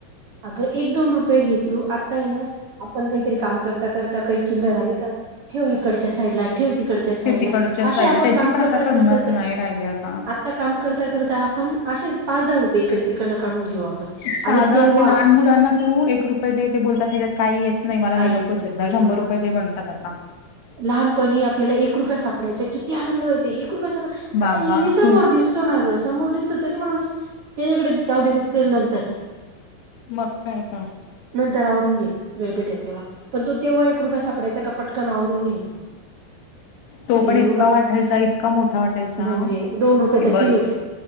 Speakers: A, on the right; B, on the left.
A: अगं एक दोन रुपये घे तू आत्ता आहे ना, आपण काहीतरी काम करता-करता काही चिल्लर आली का ठेव इकडच्या साईडला, ठेव तिकडच्या साईडला
B: ते तिकडच्या
A: अशी
B: साईडला
A: आपण
B: त्याची
A: काम
B: पण
A: करता
B: आता किंमत
A: करताच
B: नाही राहिली आता
A: आ ता काम करता-करता आपण अशेच पाच दहा रुपये इकडं-तिकडनं काढून घेऊ आपण.
B: सादा
A: आणि तेव्हा
B: ते लहान मुलांना तू एक रुपये देे ते बोलतात ह्याज्यात काही येत नाही मला
A: काय
B: हे, नकोच
A: येत नाही
B: आहे एकदा
A: हे नकोच
B: शंभर रुपये
A: आहे.
B: दे म्हणतात आता.
A: लहानपणी आपल्याला एक रुपया सापडायचा, किती आनंद व्हायचा. एक रुपया सापडालाय.
B: बाबा
A: आता इझी समोर
B: खूप
A: दिस दिसतो ना गं. समोर दिसतो तरी माणूस, त्याच्याकडे जाऊ दे उचलेल नंतर
B: मग काय तर?
A: नंतर आवरून घे, वेळ भेटेल तेव्हा. पण तो तेव्हा एक रुपया सापडायचा का पटकन आवरून घ्यायचो
B: तो
A: एवढं
B: पण इतका वाटायचा, इतका मोठा वाटायचा
A: म्हणजे दोन रुपये
B: की
A: तर
B: बस.
A: फी होती